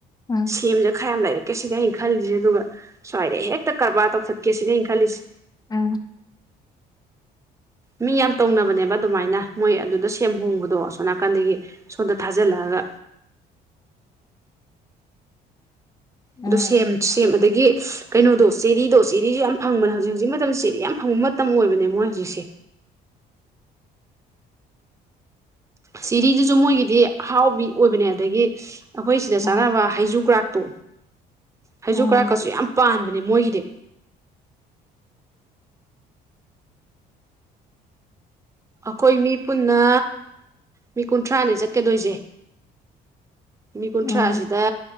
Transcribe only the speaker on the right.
ꯁꯤꯁꯨꯦ ꯈꯔꯌꯥꯝ ꯌꯥꯝ ꯂꯩꯔꯛꯀꯦ ꯁꯤꯅ ꯈꯜꯂꯤꯁꯦ ꯑꯗꯨꯒ ꯁ꯭ꯋꯥꯏꯗ ꯍꯦꯛꯇ ꯀꯔꯕꯥꯔ ꯇꯧꯊꯠꯀꯦ ꯁꯤꯅꯦ ꯈꯜꯂꯤꯁꯦ
ꯃꯤ ꯌꯥꯝ ꯇꯧꯅꯕꯅꯦꯕ ꯑꯗꯨꯃꯥꯏꯅ ꯃꯣꯏ ꯑꯗꯨꯗ ꯁꯦꯝ ꯍꯣꯡꯕꯗꯣ ꯑꯁꯣꯝ ꯅꯥꯀꯟꯗꯒꯤ ꯁꯣꯝꯗ ꯊꯥꯖꯤꯜꯂꯛꯑꯒ
ꯑꯗꯨ ꯁꯦꯝ ꯁꯦꯝ ꯑꯗꯒꯤ ꯀꯩꯅꯣꯗꯣ ꯆꯦꯔꯤꯗꯣ ꯆꯦꯔꯤꯁꯨ ꯌꯥꯝ ꯐꯪꯕꯅꯦ ꯍꯧꯖꯤꯛ ꯍꯧꯖꯤꯛ ꯃꯇꯝꯗ ꯆꯦꯔꯤ ꯌꯥꯝ ꯐꯪꯕ ꯃꯇꯝ ꯑꯣꯏꯕꯅꯦ ꯃꯣꯏ ꯍꯧꯖꯤꯛꯁꯦ ꯁꯤꯔꯤꯗꯨꯁꯨ ꯃꯣꯏꯒꯤꯗꯤ ꯑꯍꯥꯎꯕꯤ ꯑꯣꯏꯕꯅꯦ ꯑꯗꯒꯤ ꯑꯩꯈꯣꯏ ꯁꯤꯗ
ꯆꯥꯅꯕ ꯍꯩꯖꯨ ꯒ꯭ꯔꯥꯛꯇꯣ ꯍꯩꯖꯨ
ꯀꯔꯥꯛ ꯀꯁꯨ ꯌꯥꯝ ꯄꯥꯟꯕꯅꯦ ꯃꯣꯏꯒꯤꯗꯤ ꯑꯩꯈꯣꯏ ꯃꯤ ꯄꯨꯟꯅ ꯃꯤ ꯀꯨꯟꯊ꯭ꯔꯥꯅꯦ ꯆꯠꯀꯗꯣꯏꯁꯦ ꯃꯤ ꯀꯨꯟꯊ꯭ꯔꯥꯁꯤꯗ